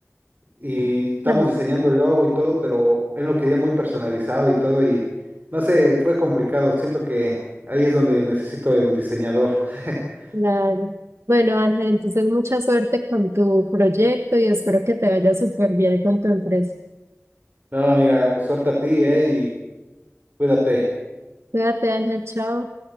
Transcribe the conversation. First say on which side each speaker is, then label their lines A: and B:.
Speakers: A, on the right; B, on the right.
A: Y estamos
B: ajá,
A: diseñando el logo y todo, pero él lo quería muy personalizado y todo y no sé, fue complicado. Siento que ahí es donde necesito el diseñador. <laughs>
B: Claro. Bueno, Ángel, entonces mucha suerte con tu proyecto y espero que te vaya súper bien con tu empresa.
A: No, amiga, suerte a ti, eh, y cuídate.
B: Cuídate, Ángel, chao.